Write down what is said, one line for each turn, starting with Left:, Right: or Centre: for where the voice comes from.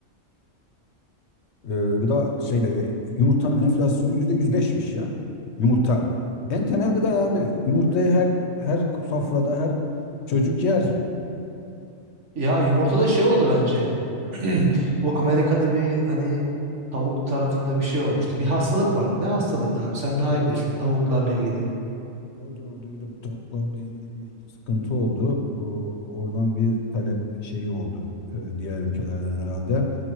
Left: e, gıda şeyde e, yumurtanın enflasyonu yüzde yüz beşmiş ya. Yumurta. En temel gıda abi. Yumurtayı her her sofrada her çocuk yer.
Right: Ya yumurtada şey oldu bence. <clears throat> Bu Amerika'da bir hani tavuk tarafında bir şey olmuştu. Bir hastalık vardı. Ne hastalığıydı abi? Sen daha
Left: Evet,
Right: iyi bilirsin tavuklarla
Left: doğru.
Right: ilgili.
Left: Doğru doğru duydum. Tavuklarla ilgili bir sıkıntı oldu. O, oradan bir talep şeyi oldu e, diğer ülkelerden herhalde.